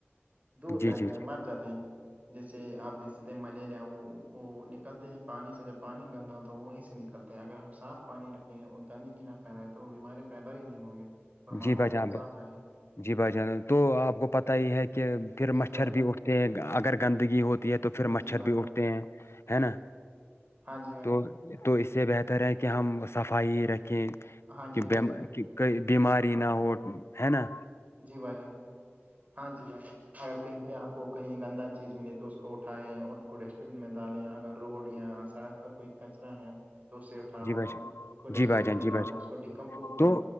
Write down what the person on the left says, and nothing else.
جی
جی جی
جی
بھائی جان
جی بھائی جان تو آپ کو پت ہی ہے کہ پھر
مچھر
بھی اٹھ اگر گندگی ہوتی ہے تو پھر مچھر
بھی
اٹھتے ہیں ہے نا
تو تو اس سے بہتر ہے کہ ہم صفائی ہی رکھیں
کہ
بیم بیماری نہ ہو ہے نا
جی بھائی جان
جی
بھائی جان
جی بھائی
جان
تو